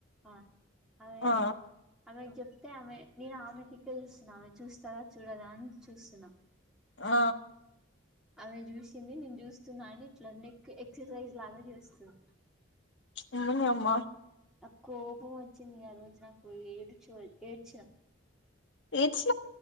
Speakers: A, in the centre; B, on the left.
A: అ అదే
B: ఆ
A: అమెకి జెప్ తే ఆమె నేను ఆమె దిక్కే చూస్తున్న ఆమె చూస్తాద చూడదా అని చూస్తున్న
B: ఆ
A: అమె జూసింది నేను జూస్తున్న అని ఇట్ల నెక్ ఎక్సర్సైజ్ లాగా చేస్తుంది
B: అమ్మని యమ్మ
A: నకోపం వచ్చింది ఆ రోజు నాకు ఏడుచు ఏడ్చిన
B: ఏట్స్